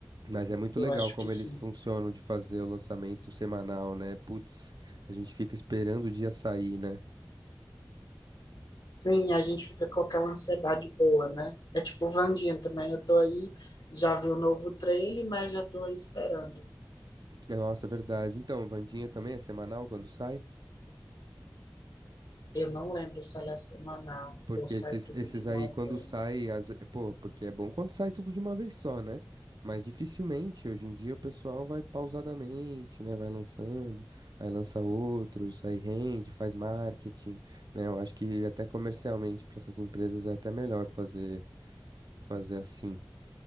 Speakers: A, on the right; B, on the left.
A: Mas é muito
B: eu
A: legal
B: acho
A: como
B: que sim.
A: eles funcionam de fazer o lançamento semanal, né? Putz, a gente fica esperando o dia sair, né?
B: Sim, a gente fica com aquela ansiedade boa, né? É tipo Vandinha também. Eu tô aí, já vi o novo trailer, mas já tô aí esperando.
A: Nossa, é verdade. Então, Vandinha também é semanal quando sai?
B: Eu não lembro se ela é semanal
A: Porque
B: ou sai
A: esses,
B: tudo
A: esses
B: de uma
A: aí, quando
B: vez.
A: sai, às ve- pô, porque é bom quando sai tudo de uma vez só, né? Mas dificilmente, hoje em dia, o pessoal vai pausadamente, né? Vai lançando, aí lança outros, aí rende, faz marketing, né? Eu acho que até comercialmente, para essas empresas, é até melhor fazer, fazer assim.